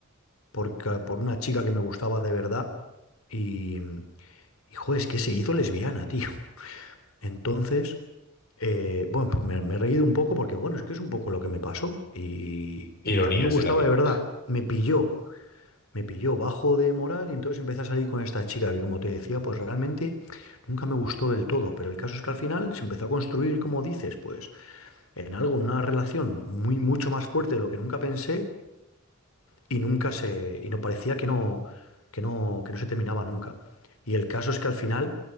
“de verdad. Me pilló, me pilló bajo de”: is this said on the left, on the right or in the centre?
Left